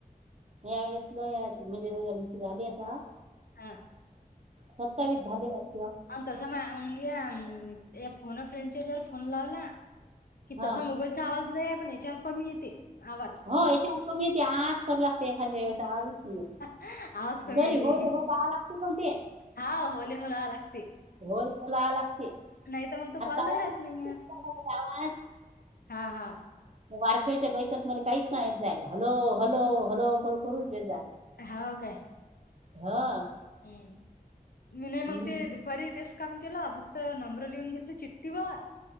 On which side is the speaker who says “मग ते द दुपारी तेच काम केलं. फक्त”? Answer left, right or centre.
Left